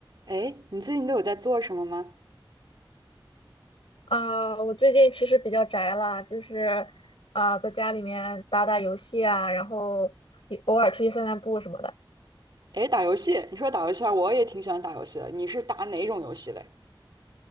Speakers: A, on the right; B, on the left.
A: 哎，你最近都有在做什么吗？
B: 啊，我最近其实比较宅了，就是啊，在家里面打打游戏啊，然后也偶尔出去散散步什么的。
A: 哎，打游戏，你说打游戏啊，我也挺喜欢打游戏的。你是打哪种游戏嘞？